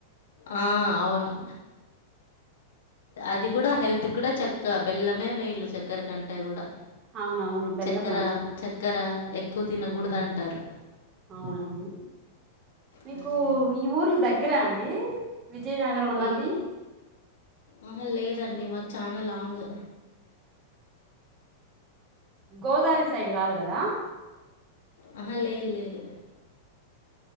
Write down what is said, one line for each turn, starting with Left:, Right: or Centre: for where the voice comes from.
Left: ఆ అవును. అది గూడా హెల్త్ గూడా చక్క బెల్లమే మేలు చక్కెర కంటే గూడా.
Right: అవునవును బెల్లం
Left: చెక్కర
Right: మంచిది
Left: చక్కర ఎక్కువ తినగూడదంటారు.
Right: ఉమ్ అవునవును మీకు
Left: హ్మ్.
Right: ఈ ఊర్లు దగ్గరా అండి. విజయనగరం. అలాంటివి
Left: ఏవి ఆహా లేదండి మాక్ చానా లాంగ్.
Right: గోదావరి సైడ్ గాదు గదా.
Left: ఆహ లేద్ లేదు.